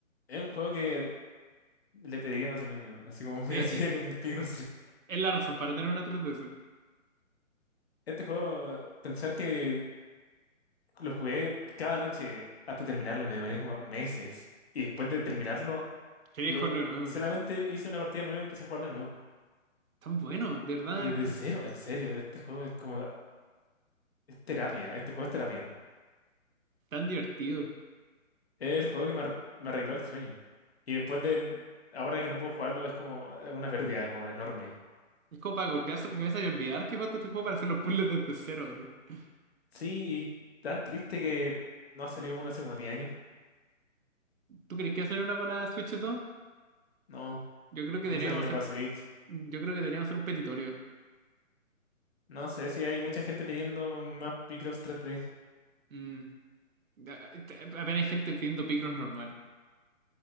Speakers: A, on the left (about 50°); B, on the right (about 80°).
A: es un juego que Le pediría matrimonio, así como <laughs> me
B: eh,
A: casaría
B: eh,
A: con un pigno
B: es la razón para tener una 3DS.
A: Este juego, pensar que lo jugué cada noche hasta terminarlo, me demoré como meses. Y después de terminarlo,
B: Quería
A: lo-
B: jugarlo de nuevo.
A: solamente
B: <laughs> así.
A: hice una partida nueva y empecé a jugarlo de nuevo.
B: Tan bueno, de verdad,
A: Desde cero, en serio, este juego es como, es terapia, este juego es terapia.
B: tan divertido.
A: Es el juego que me, ar- me arregló el sueño. Y después de, ahora que no puedo jugarlo, es como eh, una pérdida como enorme.
B: Es como para golpearse la cabeza y olvidar que jugaste este juego para hacer los puzzles desde cero. así.
A: Sí, y tan triste que no ha salido uno hace como 10 años.
B: ¿Tú crees que va a salir una para la Switch 2?
A: No,
B: Yo creo que
A: no
B: deberíamos
A: salió uno
B: hacer,
A: para Switch.
B: yo creo que deberíamos hacer un petitorio.
A: No sé si hay mucha gente pidiendo más Picross 3D.
B: Mm. A- a- Apenas hay gente pidiendo Picross normal.